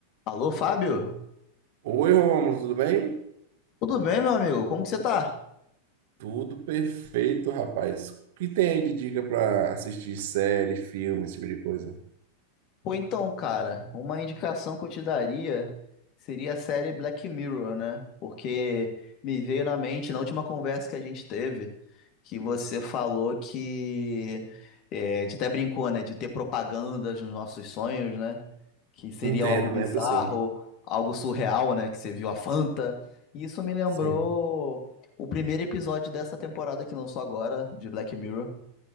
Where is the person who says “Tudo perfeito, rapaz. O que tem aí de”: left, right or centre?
Right